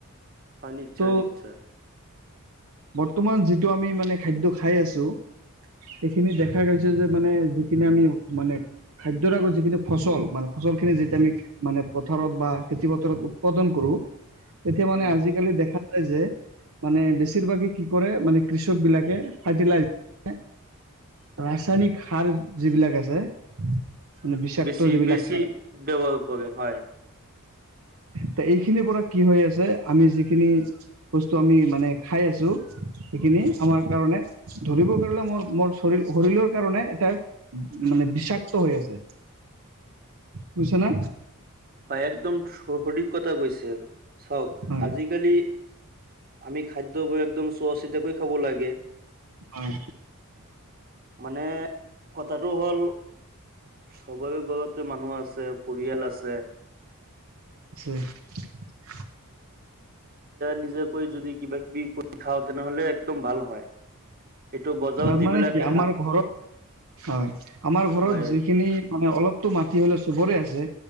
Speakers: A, on the right (about 40°); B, on the right (about 70°).
A: হয়, নিশ্চয়,
B: ত'
A: নিশ্চয়।
B: বৰ্তমান, যিটো আমি মানে খাদ্য খাই আছোঁ। সেইখিনি দেখা গৈছে যে, মানে যিখিনি আমি, মানে, খাদ্যৰ আগত যিখিনি ফচল <unintelligible> ফচলখিনি যেতিয়া আমি মানে পথাৰত বা খেতি পথাৰত উৎপাদন কৰোঁ। তেতিয়া মানে
A: উম
B: আজিকালি দে যে, মানে, বেছিভাগে কি কৰে, মানে কৃষকবিলাকে ফাৰ্টিলাই <inaudible> ৰাচায়নিক খাৰ যিবিলাক আছে। মানে বিষাক্ত
A: বেছি
B: যিবিলাক
A: বেছি
B: <inaudible>
A: ব্যৱহাৰ কৰে হয়
B: ত' এইখিনিৰ পৰা কিহৈ আছে, আমি যিখিনি বস্তু আমি মানে খাই আছোঁ, সেইখিনি আমাৰ কাৰণে ধৰিব গ'লে মোৰ, মোৰ চৰীৰ-শৰীৰৰ কাৰণে এটা মানে বিষাক্ত হৈ আছে। বুইছানে?
A: হয়, একদম <unintelligible> কথা কৈছে। চাওঁক,
B: হয়
A: আজিকালি আমি খাদ্যবোৰ একদম চোৱা চিতাকৈ খাব লাগে।
B: হয়।
A: মানে কথাটো হ'ল সবৰে ঘৰতে মানুহ আছে পৰিয়াল আছে।
B: <unintelligible>
A: নিজোকৈ যদি কিবা কিবি কৰি খাওঁ তেনেহলে একদম ভাল হয়। সেইটো বজাৰত
B: তাৰ
A: যিবিলাকে
B: মানে কি আমাৰ
A: শাক
B: ঘৰৰ হয় আমাৰ ঘৰত
A: হয়
B: যিখিনি মানে অলপতো মাটি হলে চবৰে আছে।